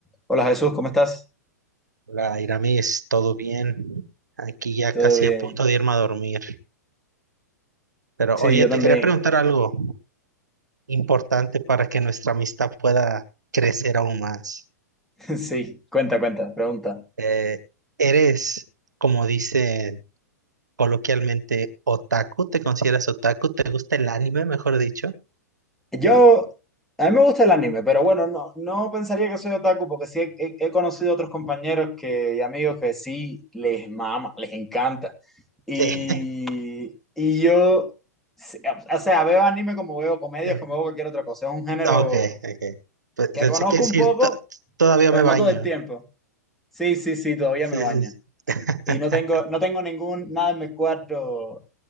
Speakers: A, in the centre; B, on the right.
A: Hola Jesús, ¿cómo estás?
B: Hola Iramis, todo bien. Aquí ya
A: ¿Todo
B: casi
A: bien?
B: a punto de irme a dormir. Pero
A: Sí,
B: oye,
A: yo
B: te
A: también.
B: quería preguntar algo importante para que nuestra amistad pueda crecer aún más.
A: <laughs> Sí, cuenta, cuenta, pregunta.
B: Eh, ¿eres, como dicen coloquialmente, otaku? ¿Te consideras otaku? ¿Te gusta el anime, mejor dicho?
A: Yo, a mí me gusta el anime, pero bueno, no, no pensaría que soy otaku porque sí he, he- he conocido otros compañeros que, y amigos que sí les mama, les encanta. Y,
B: Sí.
A: y yo, sí, o o sea, veo anime como veo comedias,
B: <laughs>
A: como veo cualquier otra cosa. Es un género
B: Ok, ok. Pues
A: que
B: Pensé
A: conozco
B: que decir,
A: un poco,
B: "To- todavía
A: pero
B: me baño.
A: no todo el tiempo. Sí, sí, sí, todavía
B: Sí,
A: me baña.
B: sí, sí. <laughs>
A: Y no tengo, no tengo ningún, nada en mi cuarto